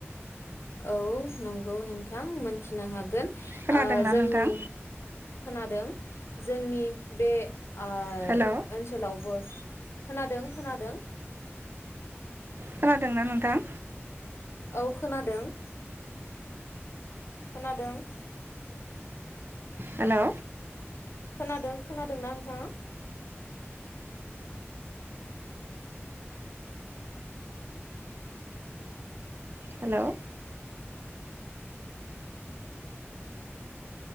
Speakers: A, on the left; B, on the right.
A: औ नं गौ नोंथां मोनथिनो हागोन ।
B: खोनादोंना
A: ओ जोंनि
B: नोंथां
A: खोनादों जोंनि बे ओ
B: हेल'
A: ओनसोलावबो खोनादों खोनादों ।
B: खोनादोंना नोंथां?
A: औ खोनादों । खानादों ।
B: हेलौ
A: खोनादों खोनादोंना नोंथाङा?
B: Hello